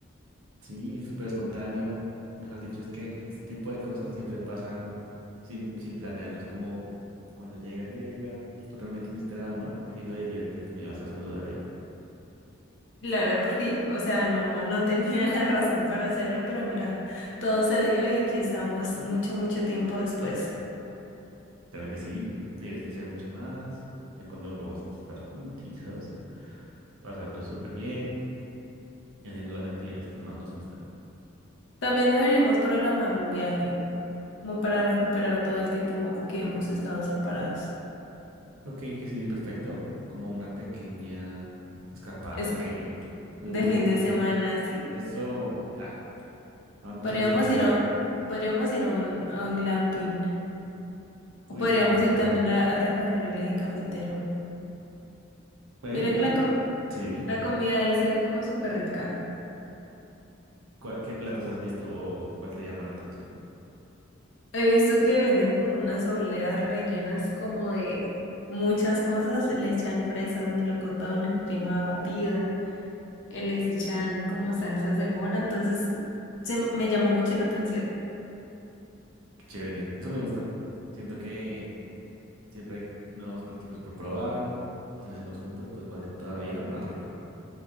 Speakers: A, on the right; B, on the left.
A: Sí, súper espontáneo. Mejor dicho, es que este tipo de cosas siempre pasan sin, sin planearlo. Es como cuando llega, llega, totalmente inesperado, ¿no? ¿A ¿Quién lo diría que tú me ibas a saludar ahí?
B: Claro, porque, o sea, no, no tenía <laughs> la razón para hacerlo, pero mira, todo se dio y aquí estamos mucho, mucho tiempo después.
A: Claro que sí, debes que sea mucho más. Ya cuando volvamos a estar juntitos, pasarlo súper bien y haciendo las actividades que más nos gustan.
B: También deberíamos programar un viaje, como para recuperar todo el tiempo que hemos estado separados.
A: Ok, que sí, perfecto. Como una pequeña escapada.
B: Es que
A: <laughs> Jeje. Uh,
B: de fin de semana, sí.
A: eso. Ah, ¿a dónde
B: Podríamos
A: te gustaría?
B: ir a, podríamos ir a un, a un glamping.
A: Uy,
B: O podríamos
A: qué chévere.
B: ir también a, a recorrer el eje cafetero.
A: Bueno,
B: Mira
A: yo también.
B: que la, com-
A: Sí, dime.
B: la comida ahí se ve como súper rica.
A: ¿Cuál- ¿Qué platos has visto o cuál te llama la atención?
B: He visto que venden como unas obleas rellenas como de muchas cosas. Le echan fresas, melocotón, crema batida, eh, les echan como salsas de mora. Entonces, se m- me llamó mucho la atención.
A: Qué chévere, eso me gusta. Siento que siempre hay nuevos platicos por probar y si lo hacemos juntos, pues va a ser todavía más rico.